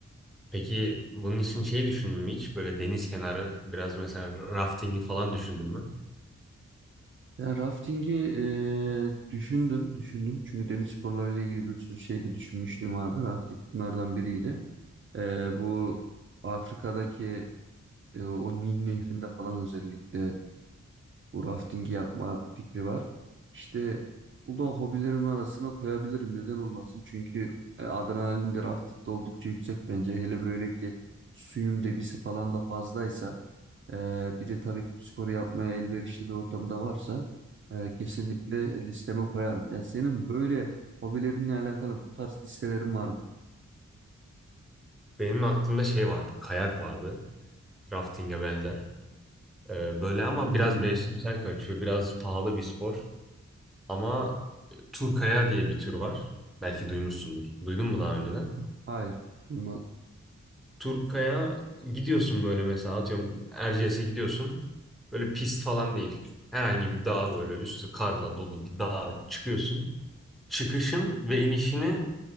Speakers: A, in the centre; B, on the right.
A: Peki bunun için şey düşündün mü hiç? Böyle deniz kenarı, biraz mesela raftingi falan düşündün mü?
B: Ya raftingi eee, düşündüm, düşündüm. Çünkü deniz sporlarıyla ilgili bir sürü şey de düşünmüşlüğüm vardı. Rafting bunlardan biriydi. Eee, bu Afrika'daki e, o Nil Nehri'nde falan özellikle bu raftingi yapma fikri var. İşte bu da hobilerimin arasına koyabilirim. Neden olmasın? Çünkü e, adrenalin de raftingde oldukça yüksek bence. Hele böyle ki suyun debisi falan da fazlaysa. Ee, bir de tabii ki bu sporu yapmaya elverişli bir ortamı da varsa e, kesinlikle listeme koyarım. Ya senin böyle hobilerinle alakalı bu tarz listelerin var mı?
A: Benim aklımda şey vardı, kayak vardı. Raftinge benzer. Ee, böyle ama
B: Hmm.
A: biraz mevsimsel kaçıyor, biraz pahalı bir spor. Ama Turkaya diye bir tür var. Belki duymuşsundur. Duydun mu daha önceden?
B: Ah, Hayır, duymadım.
A: Turkaya gidiyorsun böyle mesela atıyorum Erciyes'e gidiyorsun. Böyle pist falan değil. Herhangi bir dağ böyle üstü karla dolu bir dağa çıkıyorsun. Çıkışın ve inişini